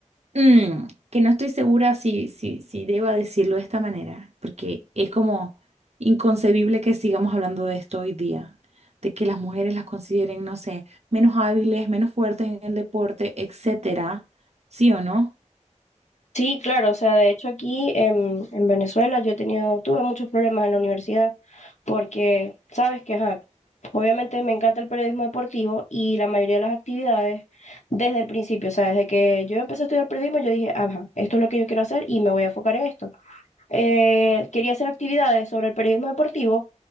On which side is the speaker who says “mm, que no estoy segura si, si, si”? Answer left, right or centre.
Right